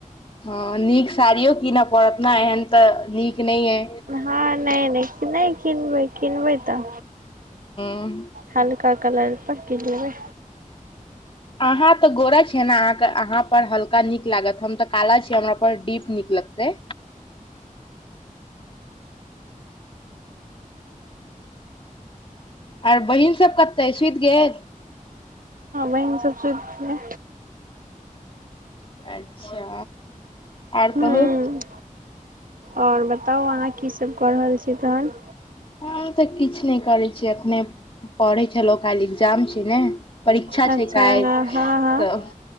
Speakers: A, on the left; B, on the right.
A: ह नीक साड़ियो कीनय पड़त ने एहन तऽ नीक नहि अे।
B: हँ नहि नहि नहि किनबै किनबै त
A: ह।
B: हलका कलर पहिर के जेबै।
A: अहाँ तऽ गोरा छियै ने अहाँके अहाँपर हल्का नीक लागत। हम तऽ काला छियै, हमरापर डीप नीक लगतै। आर बहिनसब कतय अइ? सुति गेल?
B: नै, हमसब सूट नै
A: अच्छा, आर
B: हूँ
A: कहू।
B: आओर बताउ अहाँ की सब कऽ रहल छी तहन।
A: हम तऽ किछु नहि करैत छीियै एखने पढ़ै छलहु खाल एग्जाम छै ने। परीक्षा
B: अच्छा
A: छै काय
B: हँ हँ हँ
A: त